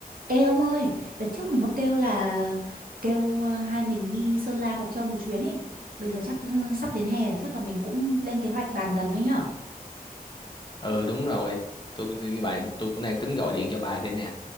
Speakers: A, on the right; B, on the left.
A: Ê ông ơi, đợt trước mình có kêu là kêu ờ, hai mình đi Sơn La Mộc Châu một chuyến ấy. Bây giờ chắc ừ, sắp đến hè rồi, chắc là mình cũng lên kế hoạch bàn dần thôi nhở.
B: ừ đúng rồi tôi như vậy tôi cũng đang tính gọi điện cho bà đây nè